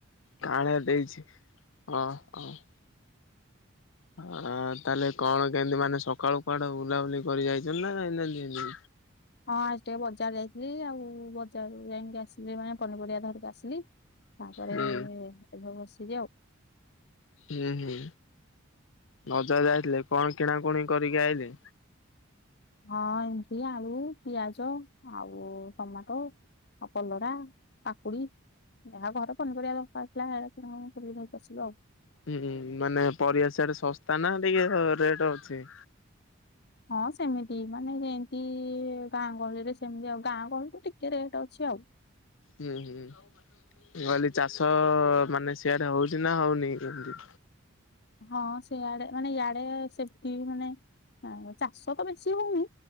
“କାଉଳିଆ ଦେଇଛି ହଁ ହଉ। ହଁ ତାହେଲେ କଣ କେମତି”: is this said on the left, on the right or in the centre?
Left